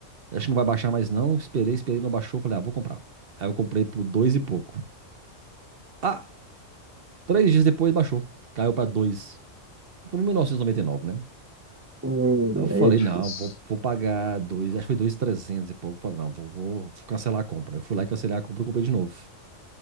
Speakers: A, on the right (about 50°); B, on the right (about 25°).
A: Acho que não vai baixar mais não. Esperei, esperei, não baixou. Falei, ah, vou comprar. Aí eu comprei por dois e pouco. Ah, três dias depois baixou. Caiu pra dois. Ficou em mil novecentos e noventa e nove né?
B: Hum,
A: Aí eu falei,
B: Aí é difícil.
A: não, vou, vou pagar dois, acho que foi dois trezentos e pouco. Falei, não, vou, vou cancelar a compra. Eu fui lá e cancelei a compra e comprei de novo.